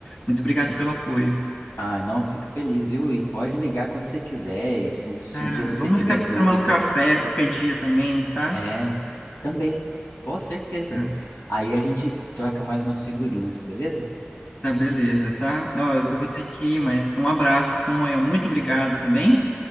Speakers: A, on the left (about 30°); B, on the left (about 85°).
A: Muito obrigado pelo apoio.
B: Ah, não, fico feliz, viu? E pode ligar quando você quiser, e se, um- se
A: Ah,
B: um dia você
A: vamos
B: tiver
A: marcar pra
B: dúvidas,
A: tomar um café qualquer dia também, tá?
B: é, também, com certeza.
A: Tá,
B: Aí a gente troca mais umas figurinhas, beleza?
A: tá, beleza, tá? Ó, eu vou ter que ir, mas um abração aí, ó, muito obrigado, tá bem?